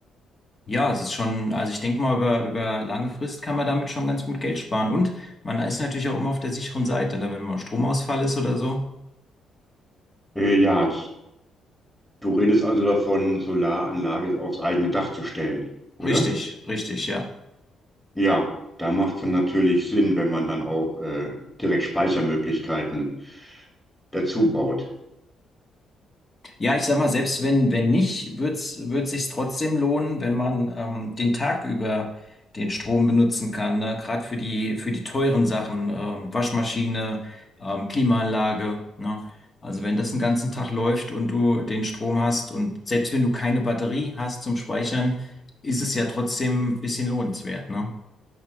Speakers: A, on the left; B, in the centre.
A: ja, es ist schon, also ich denke mal, über, über lange Frist kann man damit schon ganz gut Geld sparen. Und man ist natürlich auch immer auf der sicheren Seite, ne? Wenn mal Stromausfall ist oder so.
B: Äh, ja, du redest also davon, Solaranlage aufs eigene Dach zu stellen, oder?
A: Richtig, richtig, ja.
B: Ja, da macht es dann natürlich Sinn, wenn man dann auch äh, direkt Speichermöglichkeiten dazu baut.
A: Ja, ich sag mal, selbst wenn, wenn nicht, wird's, wird sich's trotzdem lohnen, wenn man ähm, den Tag über den Strom benutzen kann, ne? Gerade für die, für die teuren Sachen, ähm, Waschmaschine, ähm, Klimaanlage, ne? Also wenn das den ganzen Tag läuft und du den Strom hast und selbst wenn du keine Batterie hast zum Speichern, ist es ja trotzdem ein bisschen lohnenswert, ne?